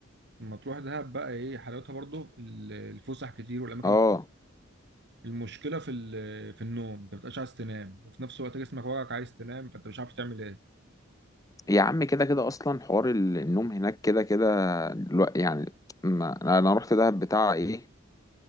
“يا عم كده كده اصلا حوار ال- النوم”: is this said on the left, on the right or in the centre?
Left